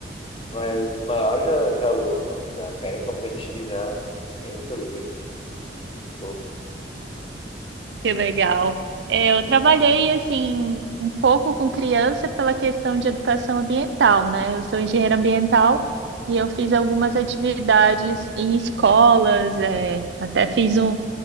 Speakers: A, on the left; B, on the right.
A: Mas os maiores já, já lutam, já querem competir, já tem muito orgulho. Muito fofo.
B: Que legal. É, eu trabalhei assim um pouco com criança pela questão de educação ambiental, né? Eu sou engenheira ambiental e eu fiz algumas atividades em escolas, é, até fiz um,